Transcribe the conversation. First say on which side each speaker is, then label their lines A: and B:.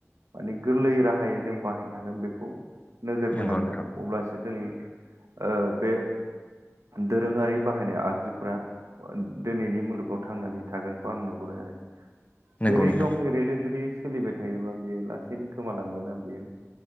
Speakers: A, on the right; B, on the left.
A: माने गोरलै राहायै जों बाहायनो हागोन बेखौ नोजोर बोनांगोन
B: नंगौ नोंथां
A: आरो अब्लासो जोङो ओ बे दोरोङारि बाहायनाय आगजुफोरा दिनैनि मुलुगाव थांनानै थागोनखौ आं नुहरो आरो
B: नंगौ
A: जेरै
B: नोंथां
A: दं ओरैनो जुदि सोलिबाय थायोबा बेयो लासैनो गोमालांगोन ना बियो